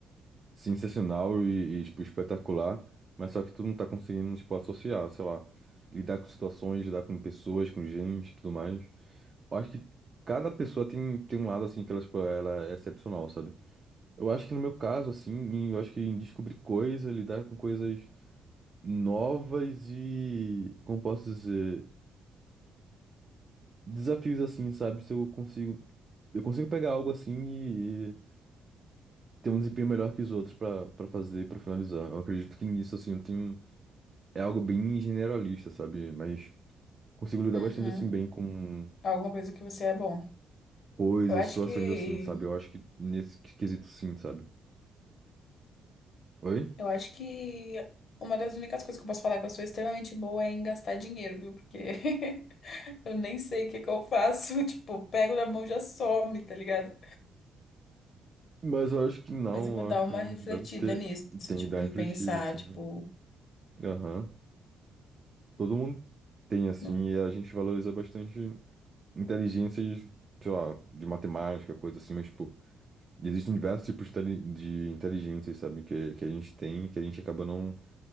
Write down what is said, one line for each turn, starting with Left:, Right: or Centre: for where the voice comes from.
Right: sensacional e, e, tipo, espetacular, mas só que tu não tá conseguindo, tipo, associar, sei lá, lidar com situações, lidar com pessoas, com gente e tudo mais. Eu acho que cada pessoa tem, tem um lado, assim, que ela, tipo, ela é excepcional, sabe? Eu acho que no meu caso, assim, em- eu acho que em descobrir coisas, lidar com coisas novas e, como posso dizer, desafios assim, sabe? Se eu consigo, eu consigo pegar algo assim e, e ter um desempenho melhor que os outros pra para fazer, pra finalizar. Eu acredito que nisso assim, eu tenho é algo bem generalista, sabe? Mas consigo lidar
Left: Uhum.
Right: bastante assim bem com
Left: Alguma coisa que você é bom.
Right: coisas,
Left: Eu acho
Right: situações
Left: que,
Right: assim, sabe? Eu acho que nesse quesito sim, sabe? Oi?
Left: eu acho que uma das únicas coisas que eu posso falar que eu sou extremamente boa é em gastar dinheiro, viu? Porque <laughs> eu nem sei o que que eu faço, <laughs> tipo, pego na mão e já some, tá ligado?
Right: Mas eu acho que não,
Left: Mas eu vou
Right: eu
Left: dar
Right: acho
Left: uma
Right: que não
Left: refletida
Right: deve ter
Left: nisso,
Right: tem
Left: tipo,
Right: que dar
Left: em
Right: refletida
Left: pensar,
Right: assim.
Left: tipo,
Right: Aham. Todo mundo tem assim
Left: no...
Right: e a gente valoriza bastante inteligências, sei lá, de matemática, coisa assim, mas, tipo, existem diversos tipos de inteli- de inteligências, sabe, que, que a gente tem, que a gente acaba não,